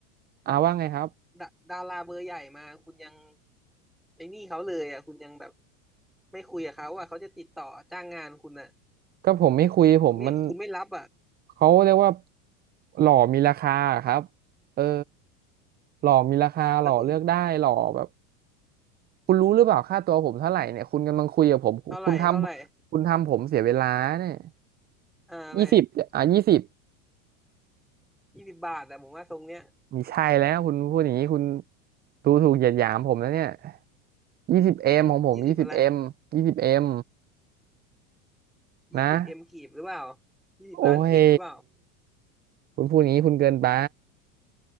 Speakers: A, on the right; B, in the centre.
A: อาว่าไงครับ
B: ดาดาราเบอร์ใหญ่มาคุณยังไอ้นี่เขาเลยอ่ะคุณยังแบบไม่คุยกับเขาอ่ะเขาจะติดต่อจ้างงานคุณอ่ะ
A: ก็ผมไม่คุยผมมัน
B: คุณไม่คุณไม่รับอ่ะ
A: เขาเรียกว่าหล่อมีราคาอะครับเออหล่อมีราคาหล่อเลือกได้หล่อแบบ
B: แล้วคุณ
A: คุณรู้หรือเปล่าค่าตัวผมเท่าไหร่เนี่ยคุณกำลังคุยกับผมคุณทำคุณทำผมเสียเวลาเนี่ย
B: เท่าไหร่เท่าไหร่อ่าอะไร
A: ยี่สิบอ่ะยี่สิบ
B: ยี่สิบบาทแต่ผมว่าทรงเนี้ย
A: มีใช่แล้วคุณพูดอย่างนี้คุณดูถูกเหยียดหยามผมแล้วเนี่ยยี่สิบเอ็มของผมยี่สิบเอ็มยี่สิบเอ็ม
B: ยี่สิบอะไร
A: นะ
B: ยี่สิบเอ็มกีบหรือเปล่ายี่สิบล้านกีบหรือเปล่า
A: โอ้ยคุณพูดอย่างนี้คุณเกินไป